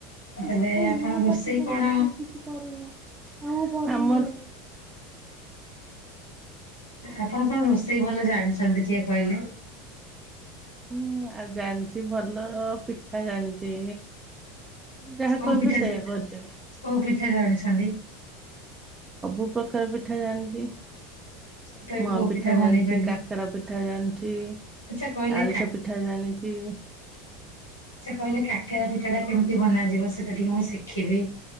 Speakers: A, on the left; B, on the right.
A: ତାହେଲେ
B: <unintelligible>
A: ଆପଣ ରୋଷେଇ କଣ
B: ଆମର।
A: ଆପଣ କଣ ରୋଷେଇ ଭଲ ଜାଣିଛନ୍ତି ଟିକେ କହିଲେ?
B: ଁ ଆଉ ଜାଣିଛି ଭଲ ପିଠା ଜାଣିଛି ଯାହା
A: କୋଉ
B: କହିବେ
A: ପିଠା
B: ସେଇଆ
A: କୋଉ
B: କରିଛି
A: ପିଠା ଜାଣିଛନ୍ତି
B: ସବୁ ପ୍ରକାର ପିଠା ଜାଣିଛି
A: ତଥାପି
B: ମୁଆ
A: କୋଉ
B: ପିଠା
A: ବନେଇ
B: ଜାଣିଛି
A: ପାରିବେ
B: କାକରା ପିଠା ଜାଣିଛି
A: ଆଚ୍ଛା କହିଲେ
B: ଆଳୁଷ ପିଠା ଜାଣିଛି
A: ସେ କହିଲେ କାକେର ପିଠା ଟା କେମିତି ବନାଯିବ ସେଟା ଟିକେ ମୁଁ ଶିଖିବି